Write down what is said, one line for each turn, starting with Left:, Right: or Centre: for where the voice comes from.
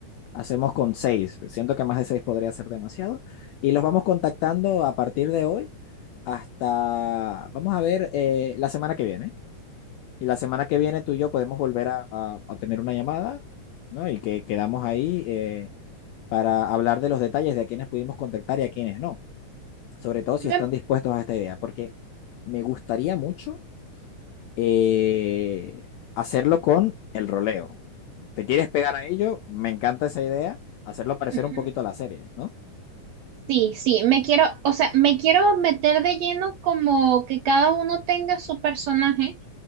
Left: hacemos con seis? Siento que más de seis podría ser demasiado. Y los vamos contactando a partir de hoy hasta, vamos a ver, eh, la semana que viene. Y la semana que viene tú y yo podemos volver a, a- a tener una llamada, ¿no? Y que quedamos ahí eh, para hablar de los detalles de a quienes pudimos contactar y a quienes no. Sobre todo si
Right: Me-
Left: están dispuestos a esta idea, porque me gustaría mucho eh, hacerlo con el roleo. ¿Te quieres pegar a ello? Me encanta esa idea. Hacerlo parecer
Right: ujú.
Left: un poquito a la serie, ¿no?
Right: Sí, sí, me quiero, o sea, me quiero meter de lleno como que cada uno tenga su personaje